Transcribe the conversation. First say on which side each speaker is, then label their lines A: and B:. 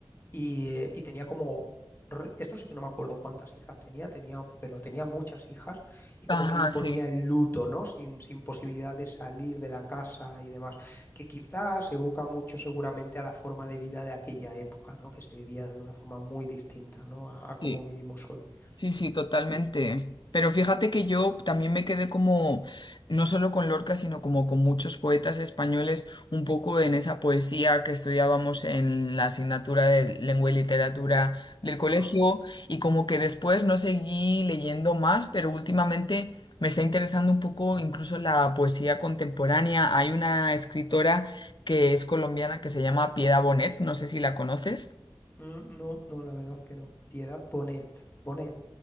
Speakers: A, on the left; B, on the left.
A: y, eh, y tenía como, re- esto sí que no me acuerdo cuántas hijas tenía, tenía, pero tenía muchas hijas y como
B: Ajá,
A: que le imponía
B: sí.
A: el luto, ¿no? Sin, sin posibilidad de salir de la casa y demás, que quizás evoca mucho seguramente a la forma de vida de aquella época, ¿no? Que se vivía de una forma muy distinta, ¿no? A, a cómo
B: Sí.
A: vivimos hoy.
B: Sí, sí, totalmente.
A: Y-
B: Pero fíjate que yo también me quedé como, no solo con Lorca, sino como con muchos poetas españoles, un poco en esa poesía que estudiábamos en la asignatura de lengua y literatura del
A: Ujú.
B: colegio, y como que después no seguí leyendo más, pero últimamente me está interesando un poco incluso la poesía contemporánea. Hay una escritora que es colombiana que se llama Piedad Bonet, no sé si la conoces.
A: Mm, No, no, la verdad que no. Piedad Bonet, Bonet.